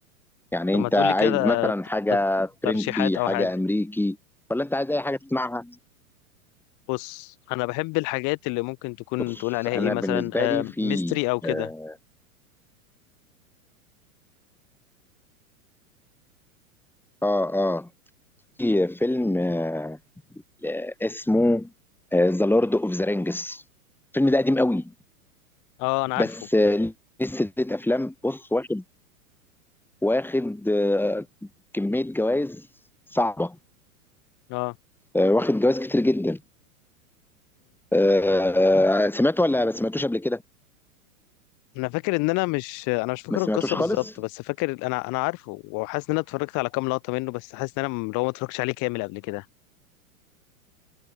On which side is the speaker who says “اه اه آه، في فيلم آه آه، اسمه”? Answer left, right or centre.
Centre